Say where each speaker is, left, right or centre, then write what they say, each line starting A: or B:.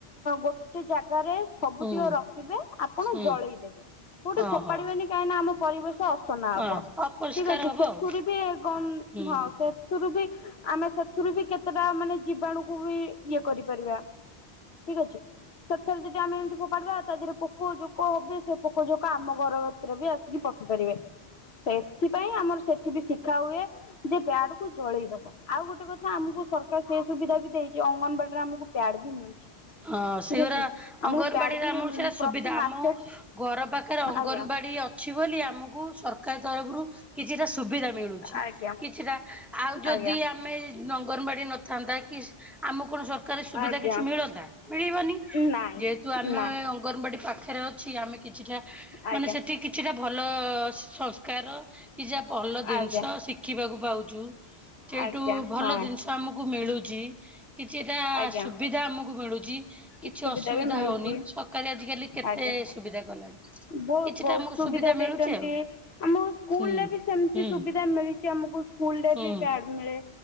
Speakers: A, on the left; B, in the centre.
A: ଗୋଟେ ଜା ଗାରେ ସବୁତିକ
B: ହୁଁ
A: ରଖିବେ ଆପଣ
B: ହୁଁ
A: ଜଳେଇଦେବେ କୋଉଠି
B: ଓହୋ
A: ଫୋପାଡିବେନି କାହିଁକି ନା ଆମ ପରିବେଶ। ଅସନା
B: ହଁ
A: ହବ।
B: <unintelligible>
A: ଠିକ ସେଥିରୁ
B: ଆଉ
A: ବି କମ୍
B: ହୁଁ।
A: ହଁ ସେଥି ସେଥିରୁ ବି ଆମେ ସେଥିରୁ ବି କେତେଟା ମାନେ ଜୀବାଣୁକୁ ବି ଇଏ କରିପାରିବା ଠିକ୍ ଅଛି ସେଠେରୁ ଯଦି ଆମେ ଏମତି ଫୋପାଡ଼ିଦବା ତା ଦେହରେ ପୋକ ଯୋକ ହବ ସେ ପୋକ ଯୋକ ଆମ ଘର ଭିତରେ ବି ଆସିକି ପଶିପାରିବେ ସେଇ ସେଠି ବି ଶିଖ ଦେଖା ହୁଏ ଯେ ବ୍ୟାଡ କୁ ଜଳେଇ ଦବା ଆଉ ଗୋଟେ କଥା ଆମକୁ ସରକାର ସେ ସୁବିଧା ବି ଦେଇ ସେ ଅଙ୍ଗନବାଡ଼ିରେ ଆମକୁ ପ୍ୟାଡ ବି ମିଳୁଛି।
B: ହଁ
A: ଠିକ୍
B: ସେଗୁଡା
A: ଅଛି ଆମକୁ
B: ଅଙ୍ଗନବାଡିରେ
A: ପ୍ୟାଡ୍ ବି
B: ଆମର ସେଇଟା
A: ପ୍ରତି
B: ସୁବିଧା
A: ମାସେ
B: ଆମ ଘର ପାଖରେ ଅଙ୍ଗନବାଡି।
A: ଆଜ୍ଞା।
B: ଅଛି ବୋଲି ଆମକୁ ସରକାର ତରଫରୁ କିଛିଟା ସୁବିଧା ମିଳୁଛି
A: ଆଜ୍ଞା
B: କିଛିଟା ଆଉ ଯଦି
A: ଆଜ୍ଞା
B: ଆମେ ଅଙ୍ଗନବାଡି ନ ଥାନ୍ତା କି ଆମକୁ କଣ ସରକାରୀ ସୁବିଧା
A: ଆଜ୍ଞା
B: କିଛି ମିଳନ୍ତା ମିଳିବନି
A: ନାଇଁ
B: ଯେହେତୁ ଆମେ
A: ନାଇଁ।
B: ଅଙ୍ଗନବାଡି ପାଖ ଅଛି ଆମେ କିଛିଟା
A: ଆଜ୍ଞା
B: ମାନେ ସେଠି କିଛିଟା ଭଲ ସଂସ୍କାର କିଛିଟା ଭଲ ଜିନିଷ
A: ଆଜ୍ଞା
B: ଶିଖିବାକୁ ପାଉଛୁ ସେଇଠୁ
A: ଆଜ୍ଞା
B: ଭଲ
A: ହଁ
B: ଜିନିଷ ଆମକୁ ମିଳୁଛି। ଜି କିଛିଟା
A: ଆଜ୍ଞା
B: ସୁବିଧା ଆମକୁ ମିଳୁଛି। କିଛି
A: ସୁବିଧା
B: ଅସୁବିଧା
A: ବି ମିଳୁଛି।
B: ହଉନି ସରକାର ଆଜିିକାଲି କେତେ
A: ଆଜ୍ଞା
B: ସୁବିଧା କଲାଣି।
A: ବହୁତ
B: କିଛିଟା
A: ବହୁତ
B: ଆମକୁ
A: ସୁବିଧା ଦେଇଛନ୍ତି
B: ମିଳୁଛି ଆଉ
A: ଆମକୁ ସ୍କୁଲ
B: ହୁଁ
A: ରେ ବି ସେମିତି
B: ହୁଁ
A: ସୁବିଧା ମିଳିଛି ଆମକୁ। ସ୍କୁଲରେ
B: ହୁଁ।
A: ବି ପ୍ୟାଡ ମିଳେ